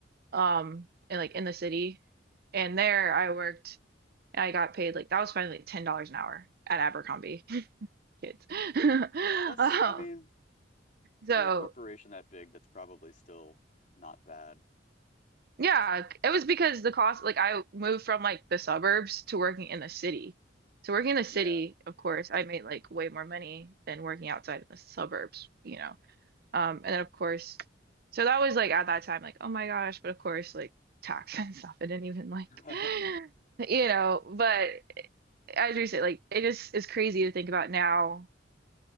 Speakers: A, on the right; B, on the left.
A: um, and like in the city. And there I worked and I got paid like that was finally like ten dollars an hour at Abercrombie <laughs> kids. <laughs>
B: That's
A: Um,
B: I mean,
A: so
B: for a corporation that big, that's probably still not bad.
A: yeah, it was because the cost like I moved from like the suburbs to working in the city. So working in the city,
B: Yeah.
A: of course, I made like way more money than working outside in the suburbs, you know. Um, and then of course, so that was like at that time, like, oh my gosh, but of course, like tax <laughs> and stuff, I didn't even like,
B: <laughs>
A: <laughs> you know, but as you say, like it just is crazy to think about now